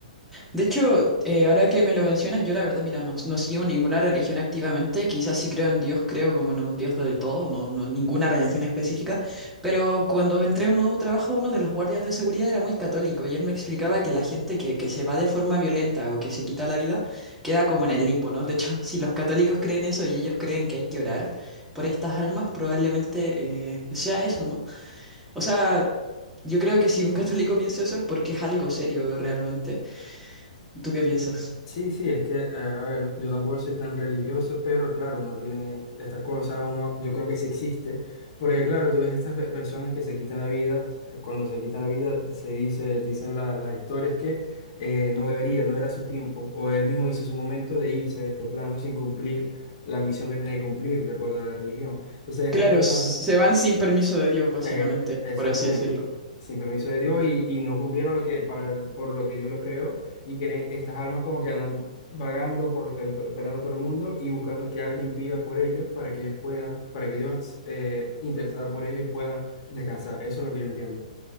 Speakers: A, in the centre; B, on the left.
A: De hecho, eh, ahora que me lo mencionas, yo la verdad, mira, no, no sigo ninguna religión activamente, quizás sí creo en Dios, creo como en un Dios del todo, no, no ninguna religión específica, pero cuando entré a un nuevo trabajo, uno de los guardias de seguridad era muy católico y él me explicaba que la gente que, que se va de forma violenta o que se quita la vida queda como en el limbo, ¿no? De hecho, <laughs> si los católicos creen eso y ellos creen que hay que orar por estas almas, probablemente eh, sea eso, ¿no? O sea... Yo creo que si un católico piensa eso es porque es algo serio realmente. ¿Tú qué piensas?
B: Sí, sí, es que, eh, a ver, yo tampoco soy tan religioso, pero claro, uno tiene esta cosa, uno, yo creo que sí existe, porque claro, tú ves estas pe- personas que se quitan la vida, cuando se quitan la vida se dice, dicen la- las historias que eh, no debería, no era su tiempo, o él mismo hizo su momento de irse de este plano sin cumplir la misión que tenía que cumplir, de acuerdo a la religión. Entonces, estas
A: Claro,
B: personas...
A: se van sin permiso de Dios, básicamente,
B: Eh, exactamente.
A: por así decirlo.
B: Sin permiso de Dios y, y no cumplieron lo que para el- por lo que Dios lo creó y creen estas almas como que andan vagando por el, pelando por el mundo y buscando que alguien pida por ellos para que ellos puedan, para que Dios eh, interesada por ellos y puedan descansar. Eso es lo que yo entiendo.